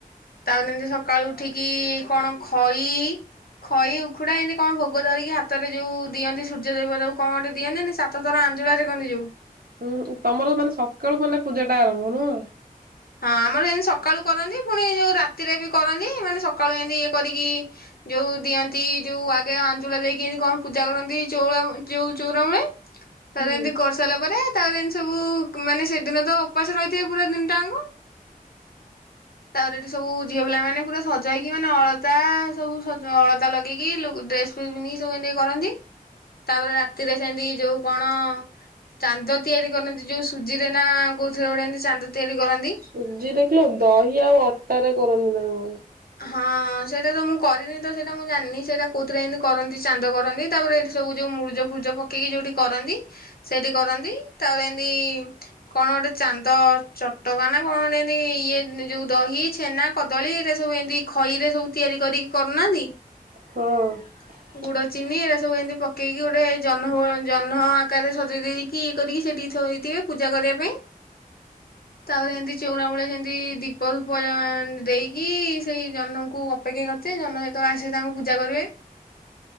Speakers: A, on the left; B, on the right.
A: ତାପରେ ଏମିତି ସକାଳୁ ଉଠିକି କଣ ଖଇ ଖଇ ଉଖୁଡା ଏମିତି କଣ ଭୋଗ ଧରିକି ହାତରେ ଯୋଉ ଦିଅନ୍ତି ସୂର୍ଯ୍ୟଦେବ ତାବ କଣ ଗୋଟେ ଦିଅନ୍ତିି ସାତ ଥର ଆଞ୍ଜୁଳା ଦେଖନ୍ତି ଯୋଉ
B: ହୁଁ ତମର ମାନେ ସକାଳୁ ମାନେ ପୂଜା ଟା ଆରମ୍ଭ ନୁହଁ?
A: ହଁ ଆମର ଏମତି ସକାଳୁ କରନ୍ତି ପୁଣି ଯୋଉ ରାତିରେ ବି କରନ୍ତି ମାନେ ସକାଳୁ ଏମିତି ଇଏ କରିକି ଯୋଉ ଦିଅନ୍ତି ଯୋଉ ଆଗେ ଆଞଜୁଳା ଦେଇକି ଏମତି କଣ ପୂଜା କରନ୍ତି ଚଉ ଯୋଉ ଚଉର ମୂଳେ ତାରେ
B: ହୁଁ
A: ଏମିତି କରିସାରିଲା ପରେ ତାପରେ ଏମିତି ସବୁ ମାନେ ସେଦିନ ତ ଉପାସ ରହିଥିବେ ପୁରା ଦିନଟାଙ୍କ <inaudible> ତାପରେ ଏଠି ସବୁ ଝିଅ ପିଲା ମାନେ ପୁରା ସଜେଇକି ମାନେ ଅଳତା ସବୁଜ ଅଳତା ଲଗେଇକି ଡ୍ରେସ ଫ ପିନ୍ଧିକି ସବୁ ଏମତି କରନ୍ତି ତାପରେ ରାତିରେ ସେମତି ଯୋଉ କଣ ଚାନ୍ଦ ତିଆରି କରନ୍ତି ଯୋଉ ସୁଜିରେ ନା କୋଉଥିଲେ ଗୋଟେ ଏମିତି ଚାନ୍ଦ ତିଆରି କରନ୍ତି
B: ସୁଜି ଦେଖିଲୁ ଦହି କିଏ ଆଉ ଅଟା ରେ କରନ୍ତି ନା କଣ?
A: ହଁ ସେଇଟା ତ ମୁଁ କରିନି ତ ସେଇଟା ମୁଁ ଜାଣିନି ସେଇଟା କୋଉଥିରେ ଏମତି କରନ୍ତି ଚାନ୍ଦ କରନ୍ତି ତାପରେ ଏଇଠି ସବୁ ଯୋଉ ମୁର୍ଜ ଫୁର୍ଜ ପକେଇକି ଯୋଉଠି କରନ୍ତି ସେଇଠି କରନ୍ତି ତାପରେ ଏମିତି କଣ ଗୋଟେ ଚାନ୍ଦ ଚଟକାନ କଣ ଗୋଟେ ଏମତି ଇଏ ଯୋଉ ଦହି ଛେନା କଦଳୀ ଏଇଟା ସବୁ ଏମିତି ଖଇ ରେ ସବୁ ତିଆରି କରିକି କରୁନାହାନ୍ତି।
B: ହଁ
A: ଗୁଡ ଚିନି ଏଟା ସବୁ ଏମିତି ପକେଇକି ଗୋଟେ ଜହ୍ନ ଜହ୍ନ ଆକାରରେ ସଜେଇ ଦେଇକି ଇଏ କରିକି ସେଠିକିଥ ହେଇଥିବେ ପୂଜା କରିବା ପାଇଁ ତାପରେ ଏମତି ଚଉନା ମୂଳ ସେମିତି ଦୀପ ଧୂପ ଦେଇକି କି ସେଇ ଜନଙ୍କୁ ଅପେକ୍ଷା କରିଥାେ ଜନ ସତ ଆସେ ତାଙ୍କୁ ପୂଜା କରିବେ